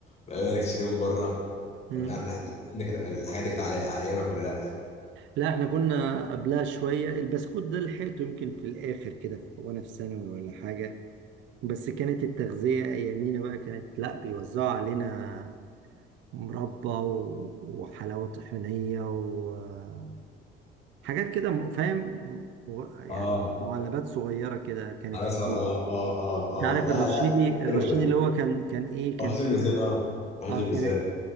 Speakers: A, on the left (about 30°); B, on the right (about 70°).
A: بقى تشتريه من بره فمش
B: مم.
A: عارف ده- ده كانت- الحاجات دي كانت على على أيامك ولا لأ؟
B: لا احنا كنا قبلها شوية البسكوت ده لحقته يمكن في الاخر كده في- وانا في ثانوي ولا حاجة بس كانت التغذية ايامينا بقى كانت لا بيوزعوا علينا مربى و- وحلاوة طحينية و... آه، حاجات كده م- فاهم مغ- يعني
A: اه
B: معلبات صغيرة كده كانت
A: على
B: في
A: مثلا اه
B: الكيس
A: اه اه
B: انت عارف
A: اه لا
B: الرشيدي
A: لا
B: الرشيدي
A: حلو
B: اللي هو كان كان ايه كان
A: رشيد الميزان اه رشيد
B: اه
A: الميزان
B: كان